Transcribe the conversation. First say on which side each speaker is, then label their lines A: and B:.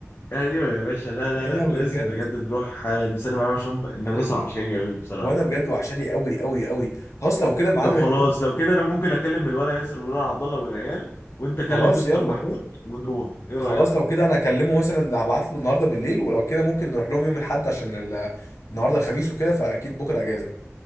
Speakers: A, on the left; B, on the left.
A: ايوه يا باشا لا لا
B: يا لهوي
A: لا لازم
B: بجد
A: بجد نروح آه، نسلم عليهم عشان هم المدرسه وحشاني قوي بصراحه
B: وانا بجد وحشاني قوي قوي قوي خلاص لو كده يا معلم
A: طب خلاص
B: احنا ممكن-
A: لو كده انا ممكن اكلم الولا ياسر والولا عبد الله والعيال وانت كلم
B: خلاص
A: مستر
B: يلا
A: محمود ونروح ايه رايك
B: خلاص لو كده انا اكلمه مثلا هبعت له النهارده بالليل ولو كده ممكن نروح لهم يوم الاحد عشان ال- النهارده الخميس وكده فاكيد بكره اجازه